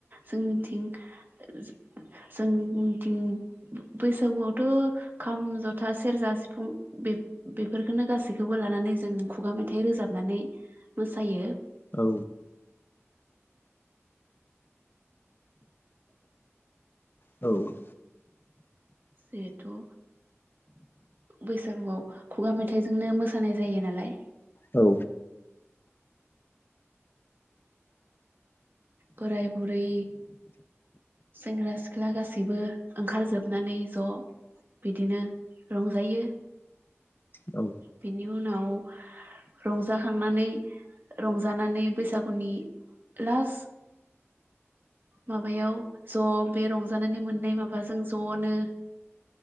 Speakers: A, on the right (about 45°); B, on the left (about 45°).
A: जोंनिथिं ओ जोंनिथिं बैसागुआवथ' खाम, जथा, सेरजा, सिफुं बे बेफोरखौनो गासैखौबो लानानै जों खुगा मेथाइ रोजाबनानै मोसायो ।
B: औ औ
A: जिहेथु बैसागुआव खुगा मेथाइजोंनो मोसानाय जायो नालाय
B: औ
A: बोराय, बुरै, सेंग्रा, सि सिख्ला गासैबो ओंखार जोबनानै ज' बिदिनो रंजायो।
B: औ
A: बेनि उनाव रंजाखांनानै रंजानानै बैसागु उननि लास माबायाव ज' बे रंजानानै मोननाय माबाजों ज'नो